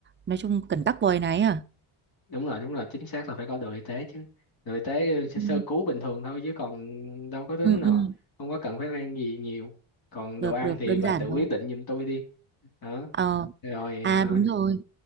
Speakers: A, on the right (about 25°); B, on the left (about 45°).
A: Nói chung cần tắc vòi này à.
B: đúng rồi đúng rồi chính xác là phải có đội y tế chứ đội y tế sẽ
A: Ừ.
B: sơ cứu bình thường thôi chứ còn đâu có đến
A: Ừ
B: nào
A: ừ,
B: không có cần phải mang gì nhiều còn đồ
A: được
B: ăn
A: được
B: thì
A: đơn
B: bà
A: giản
B: tự quyết
A: thôi.
B: định giùm tôi đi đó
A: Ờ
B: rồi
A: à
B: à,
A: đúng rồi.